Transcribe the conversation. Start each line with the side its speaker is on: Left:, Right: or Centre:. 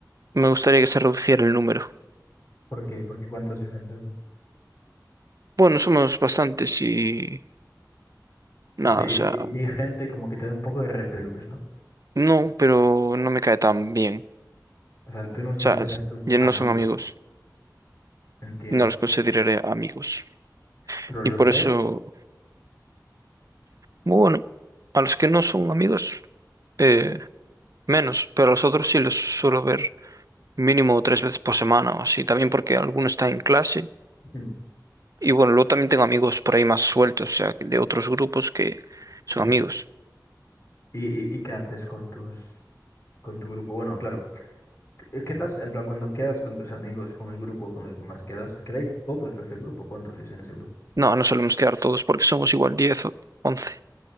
Right: me gustaría que se reduciera el número.
Left: por Porque, porque ¿cuántos sois en ese grupo?
Right: Bueno, somos bastantes y nada,
Left: Y, o sea, y-
Right: o sea,
Left: y- y hay gente como que te da un poco de repelús, ¿no?
Right: no, pero no me cae tan bien.
Left: O sea, tú no los
Right: O
Left: consideras
Right: sea, s-
Left: tus
Right: ya
Left: amigos,
Right: no son amigos,
Left: entiendo.
Right: no los consideraré amigos.
Left: Pero los
Right: Y por
Left: ves,
Right: eso. Bueno, a los que no son amigos, eh, menos, pero a los otros sí los suelo ver mínimo tres veces por semana o así, también porque alguno está en clase.
Left: mm,
Right: Y bueno, luego también tengo amigos por ahí más sueltos, o sea, que de otros grupos que son
Left: sí.
Right: amigos.
Left: ¿Y, y, y qué haces con tus, con tu grupo? Bueno, claro, eh, quedas, en plan, cuando quedas con tus amigos, con el grupo con el que más quedas, ¿quedáis todos los del grupo? ¿Cuántos sois en ese grupo?
Right: No, no solemos quedar todos porque somos igual diez o 11.